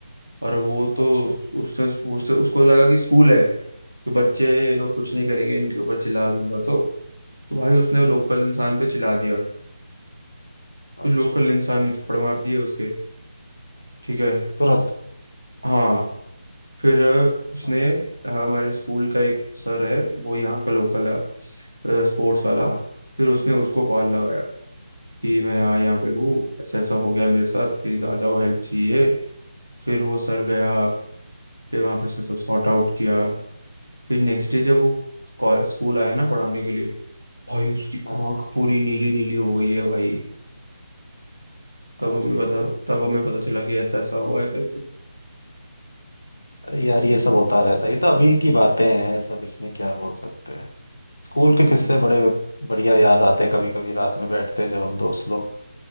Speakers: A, on the right; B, on the left.
A: और वो तो
B: अच्छा
A: उस- उससे वो उससे उसको लगा कि स्कूल है कि बच्चे हैं, ये लोग कुछ नहीं करेंगे इनके ऊपर चिल्ला दूंगा तो तो भाई उसने
B: हम्म
A: लोकल इंसान पे चिल्ला दिया फिर
B: अच्छा
A: लोकल इंसान ने थप्पड़ मार दिए उसके ठीक है
B: तुरंत
A: हाँ फिर अ, उसने
B: अरे
A: अ, हमारे स्कूल का एक सर है वो यहाँ का लोकल है स्पोर्ट्स वाला
B: हाँ
A: फिर उसने उसको कॉल लगाया कि मैं यहाँ यहाँ पे हूँ ऐसा ऐसा हो गया मेरे साथ प्लीज़ आ जाओ हेल्प चाहिए
B: हाँ
A: फिर वो सर गया फिर वहां पे उसने सब सॉर्ट आउट किया फिर नेक्स्ट डे जब वो कॉल- स्कूल आया ना पढ़ाने के लिए भाई उसकी
B: हाँ,
A: आंख पूरी नीली नीली हो गई है भाई तब
B: अरे
A: हमें पता तब हमें पता चला कि ऐसा ऐसा हुआ है करके
B: अरे यार ये सब होता रहता है ये तो अभी की बातें हैं सब इसमें क्या बोल सकते हैं स्कूल के
A: हम्म
B: किस्से बड़े बढ़िया याद आते हैं कभी कभी रात में बैठते हैं जब हम दोस्त लोग